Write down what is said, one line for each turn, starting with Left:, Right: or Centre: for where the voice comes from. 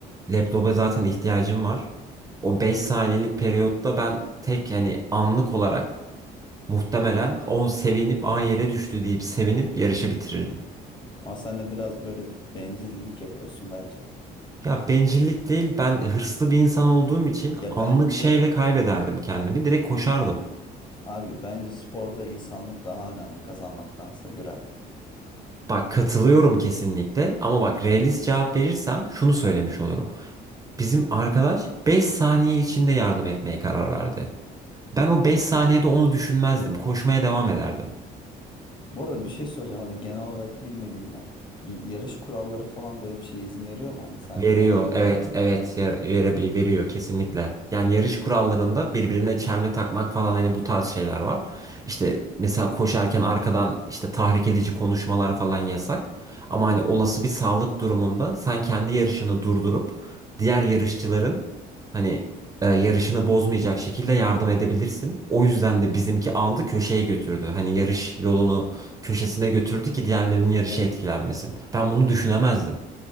Right: laptopa zaten ihtiyacım var. O 5 saniyelik periyotta ben tek yani anlık olarak muhtemelen o sevinip a yere düştü deyip sevinip yarışı bitirirdim.
Left: Ama sen de biraz böyle bencillik yapıyorsun bence.
Right: Ya bencillik değil ben hırslı bir insan olduğum için
Left: Ya
Right: anlık
Left: bence
Right: şeyle kaybederdim kendimi direkt koşardım.
Left: abi bence sporda insanlık daha önemli kazanmaktansa göre.
Right: Bak katılıyorum kesinlikle ama bak realist cevap verirsem şunu söylemiş olurum. Bizim arkadaş 5 saniye içinde yardım etmeye karar verdi. Ben o 5 saniyede onu düşünmezdim koşmaya devam ederdim.
Left: Bu arada bir şey soracağım hani genel olarak bilmediğimden. Y- yarış kuralları falan böyle bir şey izin veriyor mu? Hani sen
Right: Veriyor.
Left: ona yardım
Right: Evet,
Left: edebilir misin?
Right: evet. Yar- Vere, veriyor kesinlikle. Yani yarış kurallarında birbirine çelme takmak falan hani bu tarz şeyler var. İşte mesela koşarken arkadan işte tahrik edici konuşmalar falan yasak. Ama hani olası bir sağlık durumunda sen kendi yarışını durdurup diğer yarışçıların hani e, yarışını bozmayacak şekilde yardım edebilirsin. O yüzden de bizimki aldı köşeye götürdü. Hani yarış yolunu köşesine götürdü ki diğerlerinin yarışı
Left: Evet.
Right: etkilenmesin. Ben bunu düşünemezdim.